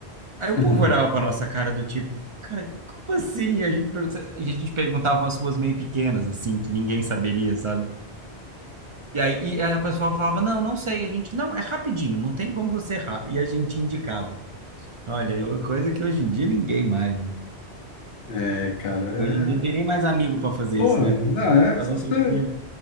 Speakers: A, on the right (about 50°); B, on the left (about 65°).
A: Aí
B: <laughs>
A: o povo olhava pra nossa cara do tipo, cara, como assim? A gente, pergunta- a gente perguntava umas ruas meio pequenas, assim, que ninguém saberia, sabe? E aí e a pessoa falava, não, não sei. A gente, não, é rapidinho, não tem como você errar. E a gente indicava. Olha, coisa que hoje em dia ninguém mais, né?
B: É, cara, é...
A: Hoje em dia não tem nem mais amigo para fazer
B: Pô,
A: isso,
B: não,
A: né? Porque
B: é
A: Cada
B: essas
A: um tem
B: coisas,
A: um filho.